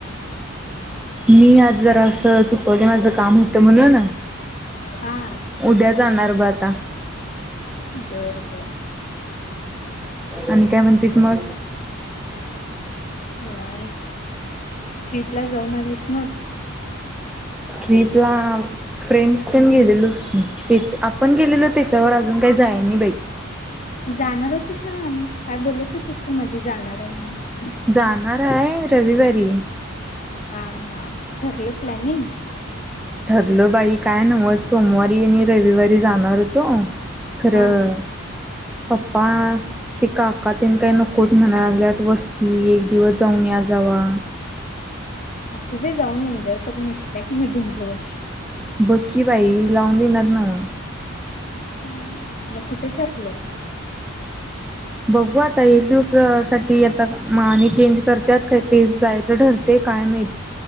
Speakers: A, in the centre; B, on the left.
A: मी आज जरासं चुकवले माझं काम होतं म्हणून.
B: हा
A: उद्या जाणार ब आता.
B: बर बर
A: आणि काय म्हणतीस मग
B: मुवांत ट्रिप ला जाऊन आलीस मग?
A: ट्रिपला फ्रेंड्स पण घेलेलो स की त्या आपण गेलेलो त्याच्यावर अजून काही जाय नाही बाई.
B: जाणार होतीस ना काय बोलत होतीस की मधी जाणार आहे म्हणून,
A: जाणार हाय रविवारी
B: हा हा ठरलं प्लॅनिंग,
A: ठरलं बाई काय नव्ह सोमवारी आणि रविवारी जाणारतो खरं
B: हा
A: पप्पा ते काकाातन काही नकोच म्हणायल्यात वस्ती एक दिवस जाऊन या जावा.
B: असू दे जाऊन एन्जॉय करून इ्ित आहे का नाही दोन दिवस.
A: बकी बाई लावून दिनात नव्ह.
B: हम मग कुठे ठरलं
A: बघू आता एक दिवस साठी आता माने चेंज करत्यात का ते जायचं ठरते काय माहित